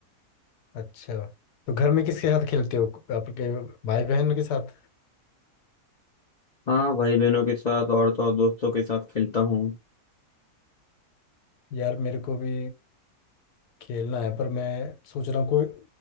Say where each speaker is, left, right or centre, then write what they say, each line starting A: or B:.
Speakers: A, on the left; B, on the left.
A: अच्छा तो घर में किसके साथ खेलते हो आपके भाई बहन के साथ
B: हाँ भाई बहनों के साथ और तो और दोस्तों के साथ खेलता हूँ
A: यार मेरे को भी खेलना है पर मैं सोच रहा हूँ कोई